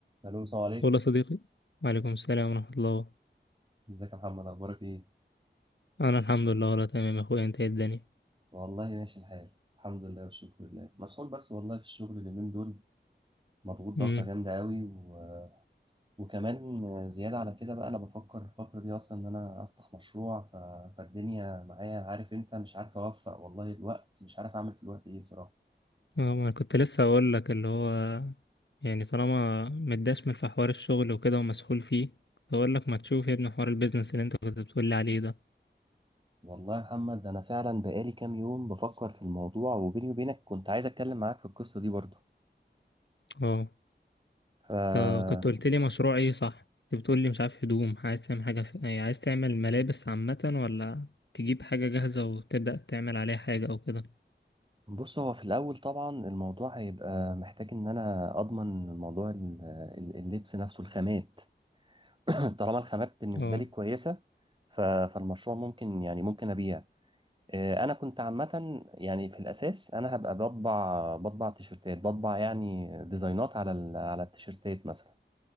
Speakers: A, on the right (about 25°); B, on the left (about 75°).
A: الو السلام عليكم
B: ولا صديقي وعليكم السلام ورحمة الله
A: ازيك يا محمد اخبارك ايه
B: أنا الحمد لله ولا تمام يا أخويا أنت إيه الدنيا
A: والله ماشي الحال الحمد لله والشكر لله مسحول بس والله في الشغل اليومين دول مضغوط ضغطه
B: امم
A: جامده قوي و... وكمان زياده على كده بقى انا بفكر الفتره دي اصلا ان انا افتح مشروع ف... فالدنيا معايا عارف انت مش عارف اوفق والله الوقت مش عارف اعمل في الوقت ايه بصراحه
B: اه ما أنا كنت لسه أقول لك اللي هو يعني طالما متدشمل في حوار الشغل وكده ومسحول فيه كنت أقول لك ما تشوف يا ابني حوار البيزنس اللي أنت كنت بتقول لي عليه ده
A: والله يا محمد انا فعلا بقالي كام يوم بفكر في الموضوع وبيني وبينك كنت عايز اتكلم معاك في القصه دي برضه
B: اه
A: ف
B: طب كنت قلت لي مشروع إيه صح كنت بتقول لي مش عارف هدوم عايز تعمل حاجة في... يعني عايز تعمل ملابس عامة ولا تجيب حاجة جاهزة وتبدأ تعمل عليها حاجة أو كده
A: بص هو في الأول طبعا الموضوع هيبقى محتاج إن أنا أضمن موضوع ال- ال- اللبس نفسه الخامات <clears throat> طالما الخامات بالنسبة
B: اه
A: لي كويسة ف- فالمشروع ممكن يعني ممكن أبيع آه، أنا كنت عامة يعني في الأساس أنا هبقى بطبع بطبع تيشرتات بطبع يعني ديزاينات على ال- على التيشرتات مثلا